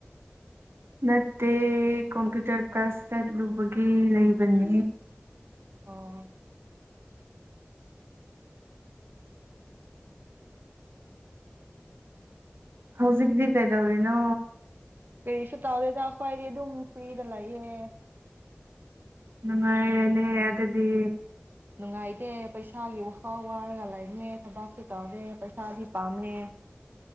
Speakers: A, on the right; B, on the right.
A: ꯅꯠꯇꯦ ꯀꯝꯄ꯭ꯌꯨꯇꯔ ꯀ꯭ꯂꯥꯁ ꯆꯠꯂꯨꯕꯒꯤ ꯂꯩꯕꯅꯤ
B: ꯑꯣ
A: ꯍꯧꯖꯤꯒꯗꯒꯗꯧꯔꯤꯅꯣ
B: ꯀꯔꯤꯁꯨ ꯇꯧꯔꯦꯗꯈ꯭ꯋꯥꯏꯗꯤ ꯑꯗꯨꯝ ꯐ꯭ꯔꯤꯗ ꯂꯥꯛꯑꯦ
A: ꯅꯪꯦꯅꯦ ꯑꯗꯗꯤ
B: ꯅꯨꯡꯉꯥꯏꯇꯦ ꯄꯩꯁꯥꯒꯤ ꯋꯥꯈꯥꯎ ꯋꯥꯔꯒ ꯂꯩꯔꯝꯃꯦ ꯊꯕꯛꯁꯨ ꯇꯧꯔꯦ ꯄꯩꯁꯥꯗꯤ ꯄꯥꯝꯃꯦ